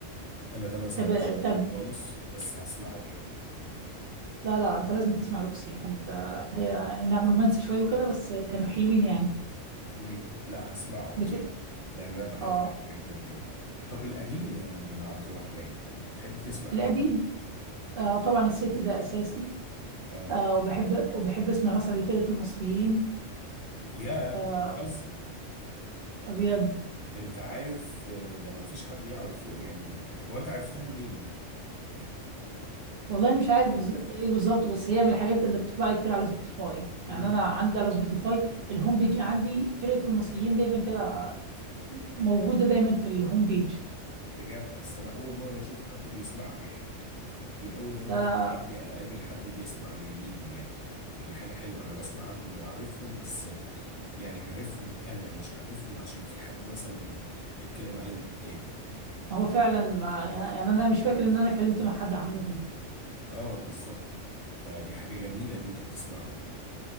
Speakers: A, on the left (about 50°); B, on the right (about 60°).
A: انا ده ما سمعتش
B: طب طب
A: منه خالص بس هسمعه يعني
B: لا لا أنت لازم تسمع روكسي كانت آه، هي أي نعم رومانسي شوية وكده بس كانوا حلوين يعني
A: امم لا هسمعه
B: بت...
A: اكيد لان انا بحب
B: آه
A: امير عيد جدا طب القديم يا عبد الرحمن بتحب تسمع
B: القديم
A: ايه
B: آه طبعا الست ده أساسي
A: اه
B: آه وبحب وبحب أسمع مثلا لفرقة المصريين
A: يا
B: آه،
A: بتهزر
B: بجد
A: انت عارف آه، ده ما فيش حد يعرف يعني آه، هو انت عرفتها منين دي
B: والله مش عارف بز- ايه بالظبط بس هي من الحاجات اللي بتطلع لي كتير على سبوتيفاي يعني
A: امم
B: انا عندي على سبوتيفاي الهوم بيج عندي فرقة المصريين دايما كده موجودة دايما في الهوم بيج
A: بجد اصل انا اول مره اشوف حد بيسمعها يعني دي اول مره
B: ده أنا-
A: في حياتي اقابل حد بيسمع لي- ليهم يعني فدي حاجه حلوه انا بسمع عنهم وعارفهم بس آه، يعني عارفهم انا مش عارفهم عشان في حد مثلا اتكلم عليهم قدامي
B: هو فعلا ما يعني انا مش فاكر ان انا اتكلمت مع حد عنهم
A: اه بالظبط فدي حاجه جميله ان انت بتسمعهم يعني